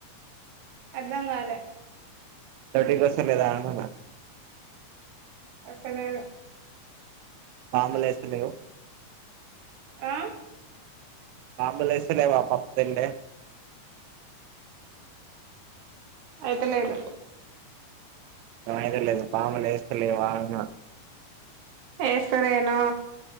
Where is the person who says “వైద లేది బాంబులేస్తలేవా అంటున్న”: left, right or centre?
Right